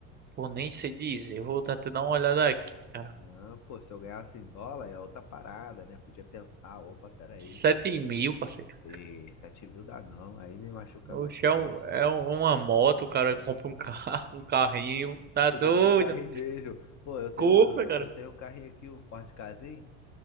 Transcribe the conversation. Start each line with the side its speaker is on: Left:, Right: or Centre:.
Right: Pô, nem sei dizer. Eu vou até dar uma olhada aqui, cara.
Left: não, pô, se eu ganhasse em dólar é outra parada, né? Podia pensar, opa, peraí,
Right: sete mil, parceiro.
Left: e sete mil dá não, aí me machuca
Right: Oxe,
Left: bastante.
Right: é, um- é um- uma moto, o cara compra um carro, <laughs> um carrinho. Tá
Left: Eu
Right: doido?
Left: compro o carro e vejo. Pô, eu tenho,
Right: Compra,
Left: eu,
Right: cara.
Left: eu tenho um carrinho aqui, um Ford Kazin.